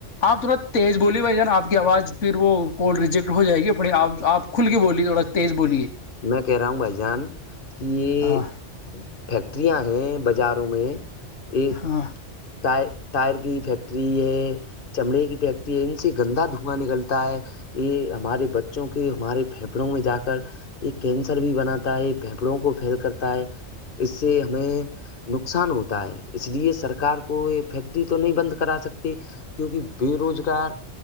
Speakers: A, on the left; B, on the left.
A: آپ ترت تیز بولی بھائی جان آ کی آواز پھر وہ کال ریجیکٹ ہو جائے گی پڑے آپ آپ کھل کے بولیے تھوڑا تیز بولیے
B: میں کہہ رہا ہوں بھائی جان کہ یہ
A: ہاں
B: فیکٹریاں ہیں بازاروں میں ایک
A: ہاں
B: ٹر ٹائر کی فیکٹری ہے چمڑے کی پیکتی ہے ان سے گندا دھواں نکلتا ہے یہ ہمارے بچوں کی ہمارے پھیپڑوں میں جا کر یہ کینسر بھی بناتا ہے یہ پھیپڑوں کو فھیل کرتا ہے اس سے ہمیں نقصان ہوتا ہے اس لیے سرکار کو کو یہ فیکٹری تو نہیں بند کرا سکتی کیونکہ بے روزگار